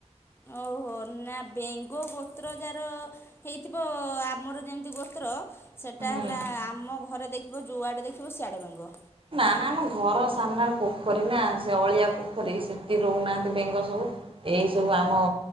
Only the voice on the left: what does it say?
ଓହୋ ନା ବେଙ୍ଗ ଗୋତ୍ର ଜାର ହେଇଥିବ ଆମର ଯେମିତି ଗୋତ୍ର ସେଇଟା
ହେଲା ଆମ ଘରେ ଦେଖିବ ଯୁଆଡ଼େ ଦେଖିବ ସିଆଡ଼େ ବେଙ୍ଗ।